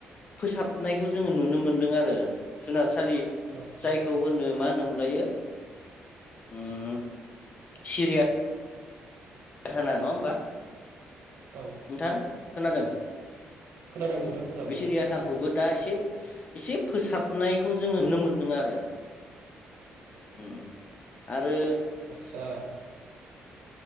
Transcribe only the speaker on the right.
औ
औ
औ
खोनादों नोंथां
खोनादों
औ
आदसा